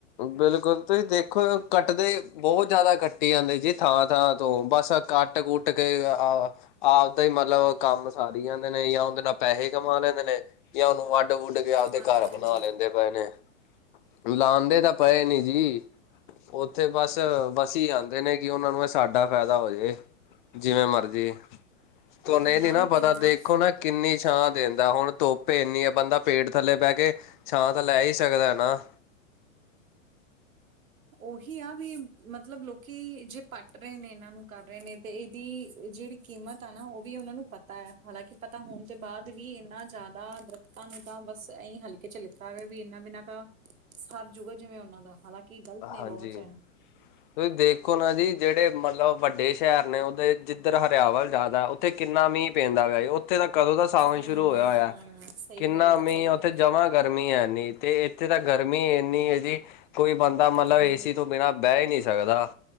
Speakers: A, on the left (about 40°); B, on the right (about 90°).
A: ਬਿਲਕੁਲ ਤੇ ਦੇਖ ਦੇਖੋ ਕੱਟਦੇ, ਬਹੁਤ ਜ਼ਾਦਾ ਕੱਟੀ ਜਾਂਦੇ ਜੀ ਥਾਂ-ਥਾਂ ਤੋਂ, ਬਸ ਕੱਟ-ਕੁੱਟ ਕੇ ਆ ਆਪਦਾ ਹੀ ਮਤਲਬ ਕੰਮ ਸਾਰੀ ਜਾਂਦੇ ਨੇ, ਜਾਂ ਉਹਦੇ ਨਾਲ ਪੈਸੇ ਕਮਾ ਲੈਂਦੇ ਨੇ ਜਾਂ ਉਹਨੂੰ ਵੱਡ ਵੁਡ ਵੁੱਡ ਕੇ ਆਪਦੇ
B: ਹਾਂਜੀ
A: ਘਰ
B: ਹਾਂਜੀ
A: ਬਣਾ ਲੈਂਦੇ ਪਏ ਨੇ, ਲਾਂਦੇ ਤਾਂ ਪਏ ਨੀ ਜੀ। ਉੱਥੇ ਬਸ-ਬਸੀ ਆਉਂਦੇ ਨੇ, ਕਿ ਉਹਨਾਂ ਨੂੰ ਸਾਡਾ ਫੈਦਾ ਹੋ ਜੇ। ਜਿਵੇਂ ਮਰਜ਼ੀ, ਤੁਹਾਨੂੰ
B: ਉਹੀ
A: ਇਹ ਨੀ ਨਾ
B: ਵੀ ਕਿੰਨਾ
A: ਪਤਾ ਦੇਖੋ ਨਾ ਕਿੰਨੀ ਛਾਂ ਦਿੰਦਾ, ਹੁਣ ਧੁੱਪ ਇੰਨੀ ਆ, ਬੰਦਾ ਪੇਟ ਥੱਲੇ ਬਹਿ ਕੇ ਛਾਂ ਤਾਂ ਲੈ ਹੀ ਸਕਦਾ ਨਾ।
B: ਉਹੀ ਆ ਵੀ, ਮਤਲਬ ਲੋਕੀਂ ਜੇ ਪੱਟ ਰਹੇ ਨੇ ਇਹਨਾਂ ਨੂੰ ਕਰ ਰਹੇ ਨੇ, ਤੇ ਇਹਦੀ ਜੇੜੀ ਕੀਮਤ ਆ ਨਾ, ਉਹ ਵੀ ਉਹਨਾਂ ਨੂੰ ਪਤਾ ਐ, ਹਾਲਾਂਕਿ ਪਤਾ ਹੁਣ ਤੋਂ ਬਾਅਦ ਵੀ ਐਨਾ ਜ਼ਿਆਦਾ ਦਰਖਤਾਂ ਨੂੰ ਤਾਂ ਬਸ ਇਹੀ ਹਲਕੇ 'ਚ ਲਿੱਤਾ ਵੀ ਇਹਨਾ ਬਿਨਾਂ ਤਾਂ ਸਰਜੁਗਾ ਜਿਵੇਂ ਉਹਨਾਂ ਦਾ, ਹਾਲਾਂਕਿ ਗ਼ਲਤ ਨੇ
A: ਹਾਂਜੀ
B: ਬਹੁਤ ਚਾਹੇ।
A: ਤੁਸੀਂ ਦੇਖੋ ਨਾ ਜੀ ਜੇੜੇ ਮਤਲਬ ਵੱਡੇ ਸ਼ਹਿਰ ਨੇ ਉਹਦੇ ਜਿੱਧਰ ਹਰਿਆਵਲ ਜ਼ਿਆਦਾ ਉੱਥੇ ਕਿੰਨਾ ਮੀਂਹ ਪੈਂਦਾ ਪਿਆ, ਉੱਥੇ ਤਾਂ ਕਦੋਂ ਦਾ ਸਾਵਣ
B: ਹਮ
A: ਸ਼ੁਰੂ ਹੋਇਆ ਹੋਇਆ,
B: ਸਹੀ
A: ਕਿੰਨਾ
B: ਗੱਲ
A: ਮੀਂਹ
B: ਆ ਸਹੀ
A: ਉੱਥੇ
B: ਗੱਲ
A: ਜਮਾ
B: ਆ
A: ਗਰਮੀ ਹੈਨੀ, ਤੇ ਇੱਥੇ ਤਾਂ ਗਰਮੀ ਐਨੀ ਇਹ ਜੀ ਤਾਂ ਮਤਲਬ
B: ਨਹੀਂ
A: ਏ ਸੀ ਤੋਂ ਬਿਨਾਂ ਬਹਿ ਹੀ ਨੀ ਸਕਦਾ।